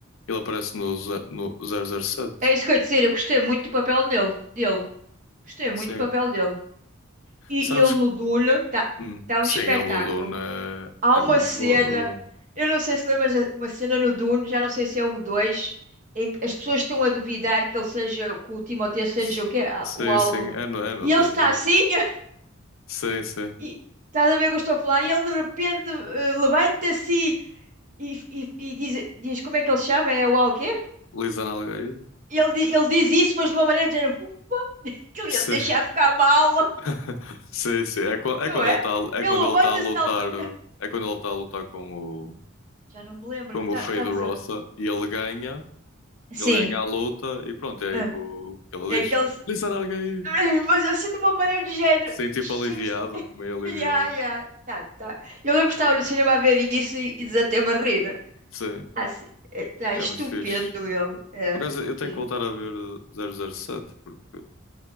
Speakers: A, on the left; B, on the right.
A: Ele aparece no, ze- no zero zero sete
B: É isso que eu ia dizer, eu gostei muito do papel nele, dele. Gostei
A: Sim.
B: muito do papel dele. E
A: Sabes
B: ele no Dune está tá
A: Hum.
B: tá um
A: Sim,
B: espetáculo.
A: ele no Duna
B: Há
A: é,
B: uma
A: é muito
B: cena,
A: bom no Duna.
B: eu não sei se lembras, uma cena no Dune, já não sei se é um dois, em que as pessoas estão a duvidar que ele seja, que o Timothée seja
A: S-
B: o quê? Ah,
A: Sim,
B: O Al.
A: sim, é no, é no
B: E
A: 2
B: ele está
A: é no...
B: assim, <laughs>
A: Sim, sim.
B: e estás a ver o que eu estou a falar, e ele de repente eh, levanta-se e, e, e diz, diz, como é que ele se chama? É o Al quê?
A: Lisa Nalgaide?
B: E Ele, di- ele diz isso, mas de uma maneira de género, "Uf, que ele
A: Sim.
B: ia me deixar ficar mal, <laughs>
A: <laughs> Sim, sim. É, quan- é
B: não
A: quando
B: é?
A: ele está é
B: Ele
A: quando
B: levanta-se
A: ele tá a lutar,
B: de tal. ma-
A: é quando ele está a lutar com o
B: Já não me lembro,
A: com
B: está
A: o Fade
B: tá tá a fazer
A: Roça
B: o quê?
A: e ele ganha,
B: Sim.
A: ele ganha a luta e pronto, é
B: Ah,
A: aí que, o, que ele
B: É aquele.
A: diz. Lisa Nalgaide.
B: Ai, Mas assim, de uma maneira do género.
A: Sim, tipo
B: "Ixi,
A: aliviado,
B: é que <laughs> isto-
A: meio aliviado.
B: Já, já. Tá, tá. Eu lembro que estava no cinema a ver isso e e desatei-me a rir.
A: Sim,
B: Assim, está estupendo
A: é muito fixe.
B: ele. É.
A: Por acaso eu
B: Sim.
A: tenho que voltar a ver eh, zero zero sete porque